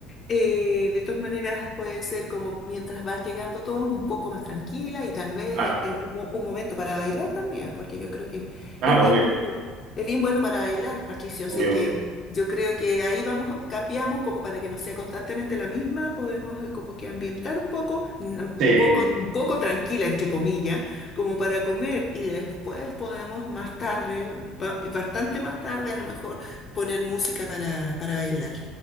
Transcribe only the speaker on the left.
Eh, de todas maneras, puede ser como mientras van llegando todos un poco más tranquila y tal vez
eh, eh, un, mo- un momento para bailar también, porque yo creo que
es bien
bueno, es bien bueno para bailar, Patricio.
Así que
yo creo que ahí vamos, cambiamos como para que no sea constantemente la misma, podemos eh, como que ambientar un poco, n- un
poco, un poco tranquila, entre comillas, como para comer y después podemos más tarde, ba- bastante más tarde, a lo mejor poner música para, para bailar.